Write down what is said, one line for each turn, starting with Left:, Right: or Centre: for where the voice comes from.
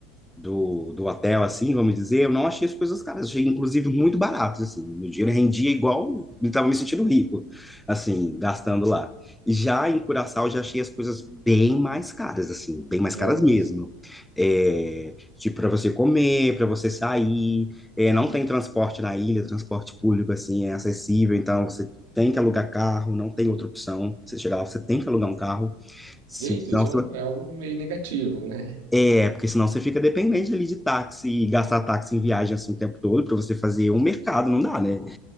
Centre: do, do hotel, assim, vamos dizer, eu não achei as coisas caras, achei inclusive muito baratos, assim, meu dinheiro rendia igual, eu estava me sentindo rico, assim, gastando lá. E já em Curaçao, eu já achei as coisas bem mais caras, assim, bem mais
Right: Nossa.
Centre: caras mesmo. É, tipo, para você comer, para você sair, é, não tem transporte na ilha, transporte público, assim, é acessível, então você tem que alugar carro, não tem outra opção. Você chegar lá, você tem que alugar um carro, senão
Right: Eita, isso
Centre: você
Right: é, um- é algo meio negativo, né?
Centre: é, porque senão você fica dependente ali de táxi e gastar táxi em viagem assim o tempo todo para você fazer um mercado, não dá, né?